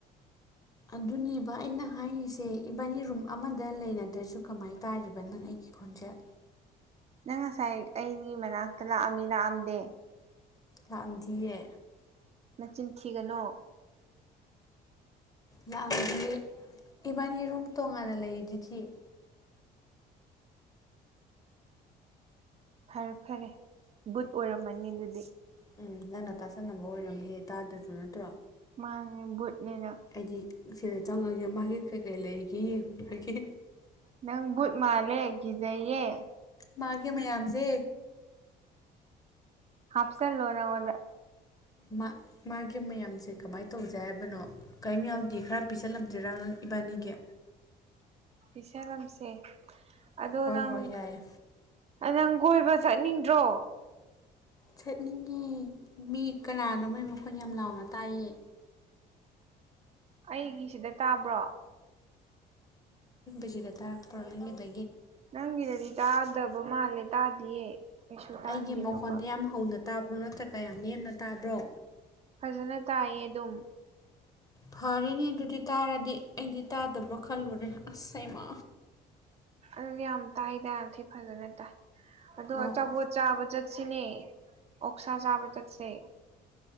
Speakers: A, on the left (about 20°); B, on the right (about 40°).
A: ꯑꯗꯨꯅꯦꯕ ꯑꯩꯅ ꯍꯥꯏꯔꯤꯁꯦ ꯏꯕꯥꯅꯤ ꯔꯨꯝ ꯑꯃꯗ ꯂꯩꯅꯗ꯭ꯔꯁꯨ ꯀꯃꯥꯏꯅ ꯇꯥꯔꯤꯕ ꯅꯪ ꯑꯩꯒꯤ ꯈꯣꯟꯖꯦꯜ
B: ꯅꯪ ꯉꯁꯥꯏ ꯑꯩꯅꯤ ꯃꯅꯥꯛ ꯉꯛꯇ ꯂꯥꯛꯑꯝꯃꯤ ꯂꯥꯛꯑꯝꯗꯦ
A: ꯂꯥꯛꯑꯝꯗꯤꯌꯦ
B: ꯃꯆꯤꯟ ꯊꯤꯒꯅꯨ
A: ꯂꯥꯛꯑꯝꯗꯤꯌꯦ ꯏꯕꯥꯅꯤ ꯔꯨꯝ ꯇꯣꯉꯥꯟꯅ ꯂꯩꯔꯤꯗꯨꯗꯤ
B: ꯐꯔꯦ ꯐꯔꯦ ꯕꯨꯠ ꯑꯣꯏꯔꯝꯃꯅꯤ ꯑꯗꯨꯗꯤ
A: ꯎꯝ ꯅꯪꯅ ꯇꯥꯁꯟꯅꯕ ꯑꯣꯏꯔꯝꯅꯤꯌꯦ ꯇꯥꯗ꯭ꯔꯁꯨ ꯅꯠꯇ꯭ꯔꯣ
B: ꯃꯥꯅꯦ ꯚꯨꯠꯅꯦ ꯅꯪꯪ
A: ꯑꯩꯗꯤ ꯁꯤꯗ ꯆꯪꯉꯒꯦ ꯃꯥꯒꯤ ꯀꯩꯀꯩ ꯂꯩꯒꯦ ꯍꯦꯡꯎꯔꯒꯦ
B: ꯅꯪ ꯕꯨꯠ ꯃꯥꯂꯦ ꯀꯤꯖꯩꯌꯦ
A: ꯃꯥꯒꯤꯦ ꯃꯌꯥꯝꯁꯦ
B: ꯍꯥꯞꯁꯤꯜꯂꯣ ꯅꯪꯉꫭꯟꯗ
A: ꯃꯥ ꯃꯥꯒꯤ ꯃꯌꯥꯝꯁꯦ ꯀꯃꯥꯏꯅ ꯇꯧꯁꯦ ꯍꯥꯏꯕꯅꯣ ꯀꯩꯝ ꯌꯥꯎꯗꯤ ꯈꯔ ꯄꯤꯁꯜꯂꯝꯁꯤꯔꯥ ꯏꯕꯥꯅꯤꯒꯤ
B: ꯄꯤꯁꯜꯂꯝꯁꯦ ꯑꯗꯣ
A: ꯍꯣꯏ
B: ꯅꯪ
A: ꯍꯣꯏ ꯌꯥꯏꯌꯦ
B: ꯅꯪ ꯀꯣꯏꯕ ꯆꯠꯅꯤꯡꯗ꯭ꯔꯣ?
A: ꯆꯠꯅꯤꯡꯉꯦ ꯃꯤ ꯀꯅꯥꯅꯣ ꯃꯣꯏ ꯃꯈꯣꯟ ꯌꯥꯝ ꯂꯥꯎꯅ ꯇꯥꯏꯍꯦ
B: ꯑꯩꯒꯤꯁꯤꯗ ꯇꯥꯕ꯭ꯔꯣ
A: ꯁꯤꯗ ꯇꯥꯔꯛꯄꯔꯥ ꯅꯪꯒꯤꯁꯦ
B: ꯅꯪꯒꯤꯗꯗꯤ ꯇꯥꯗꯕ ꯃꯥꯜꯂꯦ ꯇꯥꯗꯤꯌꯦ ꯀꯩꯁꯨ ꯇꯥꯗꯦ
A: ꯑꯩꯒꯤ
B: ꯑꯇꫭꯞꯄ
A: ꯃꯈꯣꯟꯗ ꯌꯥꯝ ꯍꯧꯅ ꯇꯥꯕ꯭ꯔꯣ ꯅꯠꯇ꯭ꯔꯒ ꯀꯌꯥ ꯅꯦꯝꯅ ꯇꯥꯕ꯭ꯔꯣ?
B: ꯐꯖꯅ ꯇꯥꯏꯌꯦ ꯑꯗꯨꯝ
A: ꯐꯔꯅꯦ ꯑꯗꯨꯗꯤ ꯇꯥꯔꯗꯤ ꯑꯩꯗꯤ ꯇꯥꯗꯕ ꯈꯜꯂꯨꯔꯦ ꯑꯁ ꯍꯩꯃꯥ
B: ꯑꯗꯨꯗꯤ ꯌꯥꯝ ꯇꯥꯏ ꯇ ꯌꯥꯝ ꯊꯤ ꯐꯖꯅ ꯇꯥꯏ ꯑꯗꯣ
A: ꯑꯣ
B: ꯑꯆꯥꯄꯣꯠ ꯆꯥꯕ ꯆꯠ ꯁꯤꯅꯦ ꯑꯣꯛꯁꯥ ꯆꯥꯕ ꯆꯠꯁꯦ